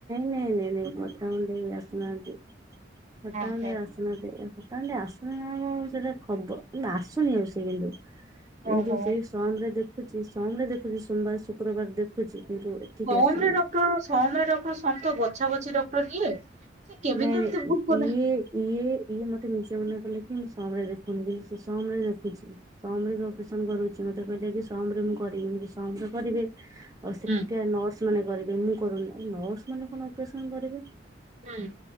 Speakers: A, on the right; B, on the right.
A: ନାଇଁ ନାଇଁ ନାଇଁ ବଟମ ଦେଇ ଆସ୍ ଯାନ୍ତି ଖଟାନ୍ତି
B: ଓହୋ
A: ଆସିନାହାଁନ୍ତି ତାହେଲେ ଆସୁନା କଣ ସେଇଟା ଖବର ନା ଆସୁନି ଆଉ ସେ କିନ୍ତୁ କିନ୍ତୁ
B: ଓହୋ।
A: ସେଇ ସମ୍ ରେ ଦେଖୁଚି ସମ୍ ରେ ଦେଖୁଚି ସୋମବାର ଶୁକ୍ରବାର ଦେଖୁଛି। କିନ୍ତୁ ଏଠିକି
B: ସମରେ
A: ଆସୁନି।
B: ଡକ୍ଟର ସମରେ ଡକ୍ଟର ସବୁ ତ ବଛା ବଛି ଡକ୍ଟର ନିଏ ସେ କେମିତି
A: ନାଇଁ
B: ଏମିତି
A: ନାଇଁ
B: ଭୁଲ କଲେ
A: ଇଏ ଇଏ ଇଏ ମତେ ନିଜେ ମନା କଲେ କି ସମ୍ ରେ ଦେଖୁନି କିନ୍ତୁ ସେ ସମ୍ ରେ ଦେଖୁଛି। ସମ୍ ରେ ବି ଅପରେସନ କରୁଛି। ମତେ କହିଲା କି ସମ୍ ରେ ମୁଁ କରିବିନି। ସମ୍ ରେ କରିବେ ଆଉ ସେଠିକା
B: ହୁଁ
A: ନର୍ସ ମାନେ କରିବେ, ମୁଁ କରୁନି। ଆରେ ନର୍ସ ମାନେ କଣ ଅପରେସନ କରିବେ
B: ହୁଁ।